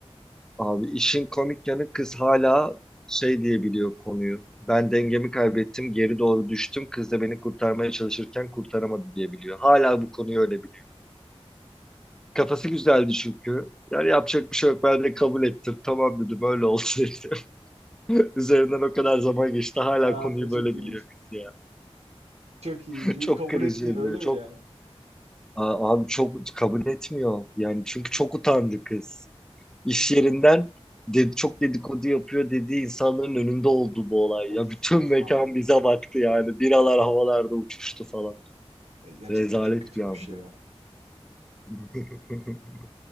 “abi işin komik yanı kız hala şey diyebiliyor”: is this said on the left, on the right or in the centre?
Centre